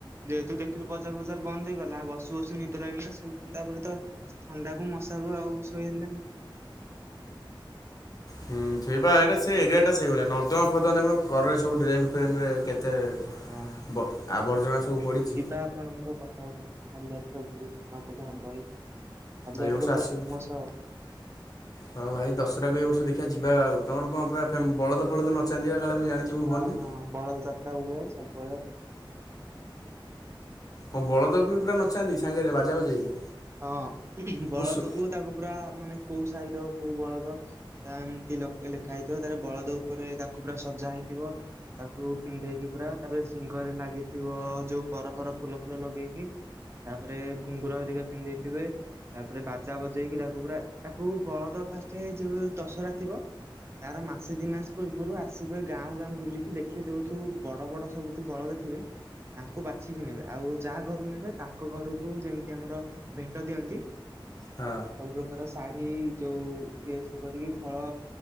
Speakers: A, on the right; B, on the left.
A: ଯେହେତୁ ଦେଖିଲୁ ବଜାର ବଜାର ବନ୍ଦ ହେଇଗଲାଉ ବସୁ ବସୁ ନିଦ ଲାଗିଲା ଶୋ ତାପରେ ତ ଥଣ୍ଡା କୁ ମଶା କୁ ଆଉ ଶୋଇ ହେଲେଣିି।
B: ହୁଁ ସେଇବା ଏଇଟା ସେ ଏରିଆଟା ସେଇଭଳିଆ ନର୍ଦ୍ଦମା ଫର୍ଦ୍ମାର୍ଦ୍ଦମା ଦେଖୁ କରରେ ସବୁ ଡ୍ରେନ ଫେନରେ କେତେ
A: ହଁ
B: ବ ଆବର୍ଜନା ସବୁ ପଡ଼ିଛି
A: ଯିବା ଆପଣଙ୍କ କଟକ। କାଲି ଯାଇଥିଲ ବୁଲି ନଗଲେ ହବନି। ବାଲିଯାତ୍ରା
B: ଏଇ ବର୍ଷ
A: ପୁରା
B: ଆସୁ।
A: ଫେମସ ଆଉ।
B: ହଁ ଭାଇ ଦଶଟାକୁ ଏ ବର୍ଷ ଦେଖିବା ଯିବା ଆଉ ତମର କଣ ପୁରା ବଳଦ ଫଳଦ ନଚାନ୍ତି କାଳେ ମୁଁ ଜାଣିଛି। ଭୁବନରେ?
A: ହଁ ହଁ ବଲଦ ଯାତ୍ରା ହୁଏ ସବୁବେଳେ
B: ହଁ ବଳଦକୁ ବି ପୁରା ନଚାନ୍ତି ସାଙ୍ଗରେ ବାଜା ବଜେଇକି?
A: ହଁ ବଳଦ
B: ମୁଁ ଶୁ
A: କୁ ତାକୁ ପୁରା ମାନେ କୋଉ ସାହିର କୋଉ ବଳଦ ତା ଏମିତି ଲ ଲେଖା ହେଇଥିବ ତାପରେ ବଳଦ ଉପରେ ତାକୁ ପୁରା ସଜା ହେଇଥିବ। ତାକୁ ପିନ୍ଧେଇକି ପୁରା ତାପରେ ଶିଂହରେ ଲାଗିଥିବ ଯୋଉ ପର ଫର ଫୁଲ ଫୁଲ ଲଗେଇକି ତାପରେ ଘୁଙ୍ଗୁର ହେରିକା ପିନ୍ଧିଥିବେ ତାପରେ ବାଜା ବଜେଇକି ତାକୁ ପୁରା ତାକୁ ବଳଦ ଫାଷ୍ଟ ଜଉ ଦଶହରା ଥିବ ତାର ମାସେ ଦି ମାସ ପୂର୍ବରୁ ଆସିବେ ଗାଁ ଗାଁ ବୁଲିକି ଦେଖି ଯେହେଥୁ ବଡ଼ ବଡ଼ ସବୁ ବଳଦ ଥିବେ ତାଙ୍କୁ ବାଛିକି ନେବେ ଆଉ ଯାହା ଘରୁ ନେବେ ତାଙ୍କ ଘରକୁ ଯେମିତି ଆମର ଭେଟ ଦିଅନ୍ତି
B: ହଁ।
A: ସବୁ ପ୍ରକାର ଶାଢ଼ୀ ଯୋଉ ଇଏ ସିଏ କରିକି ଫଳ